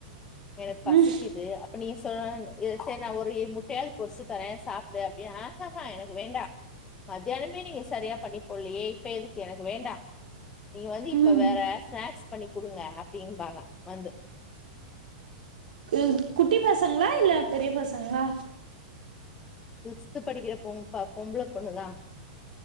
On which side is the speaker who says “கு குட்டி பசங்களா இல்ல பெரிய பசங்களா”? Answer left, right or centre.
Right